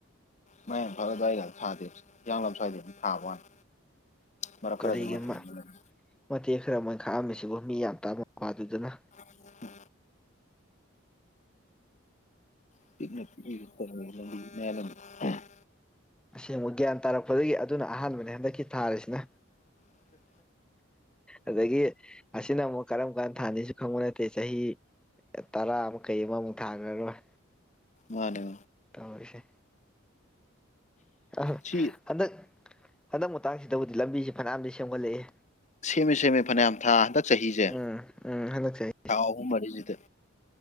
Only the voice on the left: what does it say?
ꯃꯌꯥꯡ ꯏꯝꯐꯥꯜ ꯑꯗꯨ꯭ꯋꯥꯏꯒꯗ ꯊꯥꯗꯦ ꯍꯤꯌꯥꯡ ꯂꯝ ꯁ꯭ꯋꯥꯗ ꯑꯗꯨꯝ ꯊꯕ ꯋꯥꯅꯤ ꯃꯔꯛ ꯈꯔꯗꯤ
ꯅꯨꯡꯉꯥꯏꯇꯦ
<inaudible> <unintelligible>
ꯃꯥꯅꯦ
ꯁꯤ
ꯁꯦꯝꯃꯦ ꯁꯦꯝꯃꯦ ꯐꯅꯌꯥꯝ ꯊꯥ ꯍꯟꯗꯛ ꯆꯍꯤꯖꯦ
ꯊꯥ ꯑꯍꯨꯝ ꯃꯔꯤꯁꯤꯗ